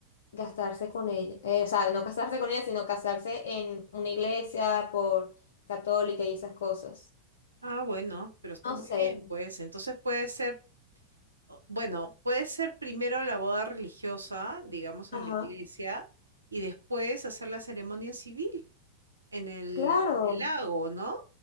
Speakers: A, on the left (about 60°); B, on the right (about 80°).
A: gastarse con ella, eh, o sea, no casarse con ella, sino casarse en una iglesia por católica y esas cosas.
B: Ah, bueno, pero está
A: No
B: muy
A: sé.
B: bien, pues. Entonces puede ser, o- bueno, puede ser primero la boda religiosa, digamos,
A: Ajá.
B: en la iglesia, y después hacer la ceremonia civil. En el
A: Claro.
B: en el lago, ¿no?